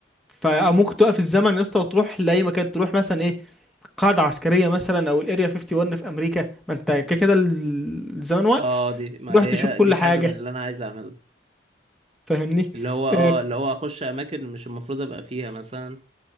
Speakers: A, in the centre; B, on the right (about 35°).
A: فممكن توقف الزمن يا اسطى وتروح لاي مكان تروح مثلا ايه قاعده عسكريه مثلا او الاريا 51 في امريكا ما انت كده كده ال- الزمن واقف
B: اه دي ما
A: تروح
B: هي
A: تشوف كل
B: دي
A: حاجه
B: حاجة من اللي انا عايز اعملها
A: فاهمني
B: اللي هو اه
A: اه،
B: اللي هو اخش اماكن مش المفروض ابقى فيها مثلا